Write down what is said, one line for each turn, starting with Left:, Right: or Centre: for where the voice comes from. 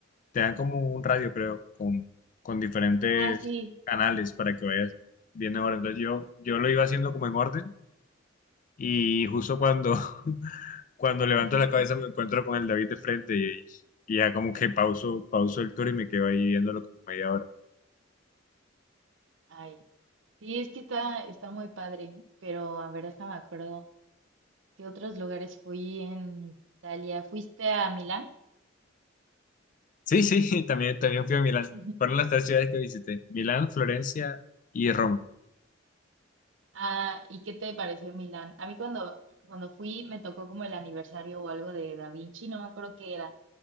Left: te dan como un radio, creo, con, con diferentes
Right: Ah, sí.
Left: canales para que vayas viendo ahora. Entonces yo, yo lo iba haciendo como en orden Y justo cuando, <laughs> cuando levanto
Right: <laughs>
Left: la cabeza me encuentro con el David de frente y, y ya como que pauso, pauso el tour y me quedo ahí viéndolo como media hora.
Right: Ay, sí, es que está, está muy padre, pero a ver, déjame acuerdo, ¿qué otros lugares fui en Italia? ¿Fuiste a Milán?
Left: Sí, sí, <laughs> también, también fui a Milán.
Right: <laughs>
Left: Fueron las tres ciudades que visité, Milán, Florencia y Roma.
Right: Ah, ¿y qué te pareció Milán? A mí cuando, cuando fui me tocó como el aniversario o algo de Da Vinci, no me acuerdo qué era,